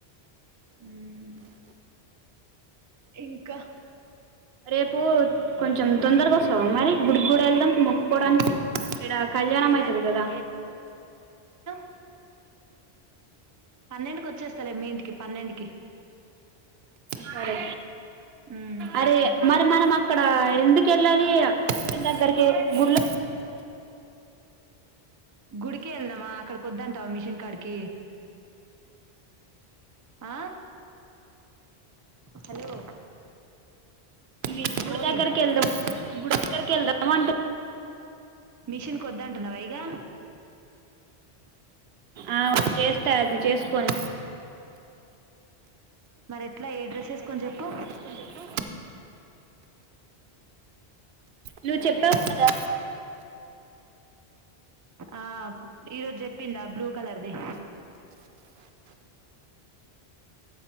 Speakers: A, on the right; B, on the right.
A: ఉ ఇంకా
B: రేపు కొంచెం తొందరగా వస్తావు మరి గుడికి కూడా వెళ్దాం మొక్క్కకోవడానికి ఇడ కళ్యాణంమయితుంది
A: ఏ
B: కదా
A: ఇనోఅడిబుల్ పన్నెండుకి వచ్చేస్తలే మీ ఇంటికి పన్నెండుకి
B: సరే
A: మ్మ్
B: అరే మరి మరి మా అక్కడ ఎందుకు వెళ్ళాలి దగ్గరికి గుళ్ళ
A: గుడికి వెళ్దామా అక్కడికి వద్దంటావా మిషన్ కాడికి ఆ హలో
B: మీ
A: ఓ
B: గుడి
A: పోరి
B: దగ్గరకి వెళ్దాం గుడి దగ్గరికి వెళ్దాం అంటు
A: మిషన్ కొద్ద అంటున్నా వైగా
B: ఆ చేస్తా అది చేసుకొని
A: మరి ఇట్లా ఏ డ్రెస్ెసు
B: మరి
A: కొని
B: ఎట్లా
A: చెప్పు
B: ఏ డ్రెస్ వేసుకొని చెప్పు నువ్వు చెప్పావు కదా
A: ఆ ఈరోజు చెప్పిందా బ్లూ కలర్ది